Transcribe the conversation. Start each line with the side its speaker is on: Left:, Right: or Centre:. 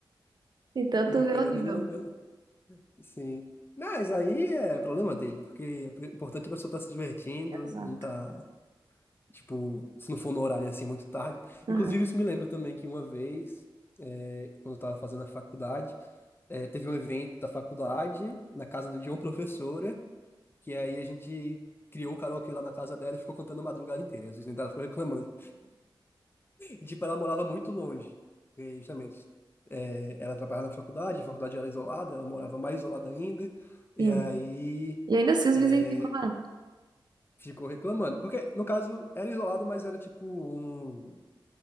Right: Então
Left: porque
Right: tu vê o
Left: não
Right: nível.
Left: é nenhum meu. Sim. Mas aí é problema dele, porque o importante é a pessoa estar se divertindo,
Right: Exato.
Left: não tá Tipo, se não for no horário assim muito tarde. Inclusive,
Right: Aham.
Left: isso me lembra também que uma vez, é, quando eu tava fazendo a faculdade, é, teve um evento da faculdade na casa de uma professora, que aí a gente criou o karaokê lá na casa dela e ficou cantando a madrugada inteira. E Às vezes ela ficou reclamando. E tipo, ela morava muito longe. E, justamente, é, ela trabalhava na faculdade, a faculdade era isolada, ela morava mais isolada ainda. E
Right: Sim.
Left: aí,
Right: E ainda assim os
Left: é,
Right: vizinhos reclamaram.
Left: ficou reclamando. Porque, no caso, era isolado, mas era tipo um